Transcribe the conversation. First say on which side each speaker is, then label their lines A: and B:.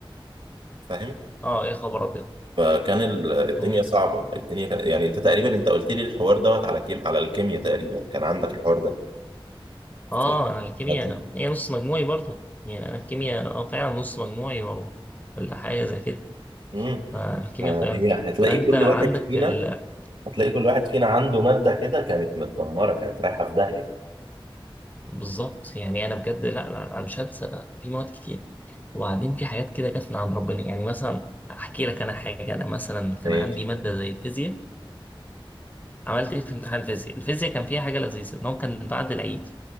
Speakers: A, on the right; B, on the left.
A: فاهم
B: اه يا خبر ابيض
A: فكان ال- الدنيا
B: امم
A: صعبه الدنيا كان يعني انت تقريبا انت قلت لي الحوار دوت على كيم على الكيمياء تقريبا كان عندك الحوار ده ف-
B: اه انا الكيمياء
A: هتل-
B: هي نص مجموعي برضو يعني انا الكيمياء اه فعلا نص مجموعي او ولا حاجه زي كده
A: مم.
B: فالكيمياء
A: فهي
B: طيرني
A: هتلاقي
B: فانت
A: كل
B: عندك
A: واحد فينا
B: ال...
A: هتلاقي كل واحد فينا عنده مادة كده كانت متدمرة كانت رايحة في داهية
B: بالظبط يعني انا بجد لا لا، انا مش هنسى في مواد كتير وبعدين في حاجات كده جت من عند ربنا يعني مثلا احكي لك انا حاجه انا مثلا كان
A: ماشي
B: عندي ماده زي الفيزياء عملت ايه في امتحان الفيزياء الفيزياء كان فيها حاجه لذيذه ان هو كان بعد العيد